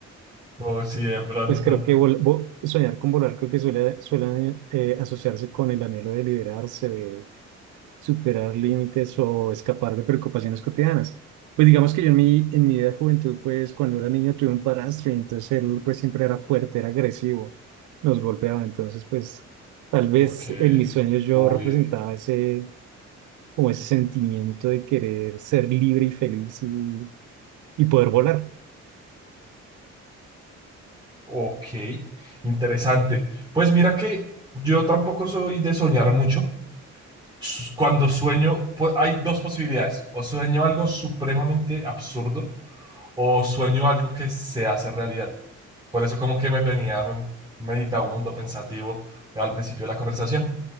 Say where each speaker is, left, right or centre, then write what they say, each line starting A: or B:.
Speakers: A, on the right; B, on the right.
A: O si de pronto,
B: Pues creo que vol- vo- soñar con volar creo que suele, suele eh, asociarse con el anhelo de liberarse, de superar límites o escapar de preocupaciones cotidianas. Pues digamos que yo en mi, en mi vida de juventud, pues cuando era niño tuve un padrastro y entonces él pues siempre era fuerte, era agresivo, nos golpeaba. Entonces pues tal vez
A: ok,
B: en mis sueños yo
A: uy.
B: representaba ese, como ese sentimiento de querer ser libre y feliz y, y poder volar.
A: Ok, interesante. Pues mira que yo tampoco soy de soñar mucho. S- Cuando sueño, pu- hay dos posibilidades. O sueño algo supremamente absurdo o sueño algo que se hace realidad. Por eso como que me venía mm, meditabundo, pensativo al principio de la conversación.